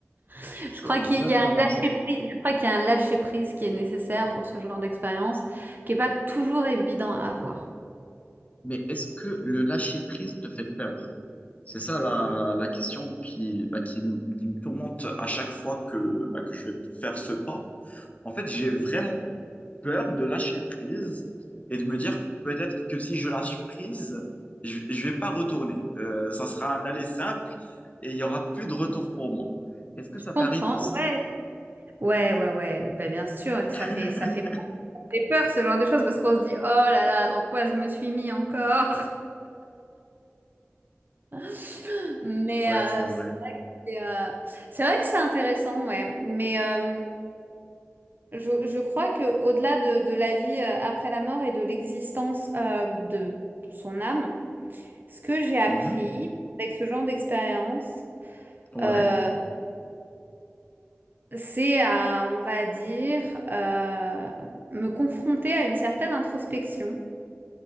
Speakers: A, on the right; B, on the left.
A: <laughs>
B: C'est
A: Je crois
B: exactement
A: qu'il y a un lâcher-prise,
B: ça.
A: je crois qu'il y a un lâcher-prise qui est nécessaire pour ce genre d'expérience, qui est pas toujours évident à avoir.
B: Mais est-ce que le lâcher-prise te fait peur? C'est ça la, la question qui, bah, qui, me qui me tourmente à chaque fois que, bah, que je vais faire ce pas. En fait, j'ai vraiment peur de lâcher prise et de me dire peut-être que si je lâche prise, je ne vais pas retourner. Euh, ça sera un aller simple et il n'y aura plus de retour pour moi. Est-ce que
A: Je
B: ça t'arrive
A: comprends,
B: aussi?
A: ouais. Ouais, ouais, ouais, ben, bien sûr, et ça
B: <laughs>
A: fait, ça fait peur, ça fait peur, ce genre de choses parce qu'on se dit, oh là là, dans quoi je me suis mis encore? <laughs> Mais
B: Ouais,
A: euh,
B: c'est vrai.
A: c'est euh, c'est vrai que c'est intéressant, ouais. Mais euh, je, je crois que au-delà de, de la vie euh, après la mort et de l'existence euh, de son âme, ce que j'ai appris
B: Mhm.
A: avec ce genre d'expérience,
B: Ouais,
A: euh, c'est à, on va dire, euh, me confronter à une certaine introspection.